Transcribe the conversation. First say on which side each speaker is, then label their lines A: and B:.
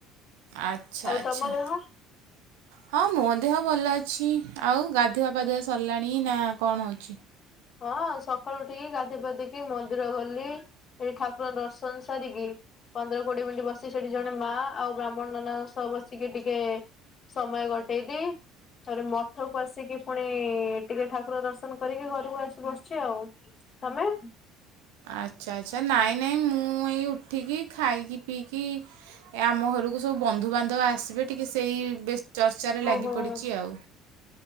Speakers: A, on the right; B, on the left.
A: ଆଚ୍ଛା
B: ଆଉ
A: ଆଚ୍ଛା।
B: ତମ ଦେହ
A: ହଁ ମୋ ଦେହ ଭଲ ଅଛି। ଆଉ ଗାଧୁଆ ପାଧୁଆ ସରିଲାଣି ନା କଣ ହଉଛି?
B: ହଁ ସକାଳୁ ଉଠିକି ଗାଧେଇ ପାଧେଇ କି ମନ୍ଦିର ଗଲି। ଏଇ ଠାକୁରଙ୍କ ଦର୍ଶନ ସାରିକି ପନ୍ଦର କୋଡିଏ ମିନିଟ୍ ବସି ସେଠି ଜଣେ ମା ଆଉ ବ୍ରାହ୍ମଣ ନନା ସହ ବସିକି ଟି- କେ ସମୟ କଟେଇଲିି। ତାପରେ ମ- ଠକୁ ଆସିକି ପୁଣି ଟିକେ ଠାକୁର ଦର୍ଶନ କରିକି ଘରକୁ ଆ- ବସିଛି। ଆଉ ତମେ?
A: ଆଚ୍ଛା ଆଚ୍ଛା ନାଇଁ ନାଇଁ ମୁଁ ଏଇ ଉଠିକି ଖାଇକି ପିଇକି। ଏ ଆମ ଘରକୁ ସବୁ ବନ୍ଧୁବାନ୍ଧବ ଆସିବେ ଟିକେ ସେଇ ବେ ଚର୍ଚ୍ଚାରେ ଲାଗି
B: ଓହୋ
A: ପଡ଼ିଛି ଆଉ।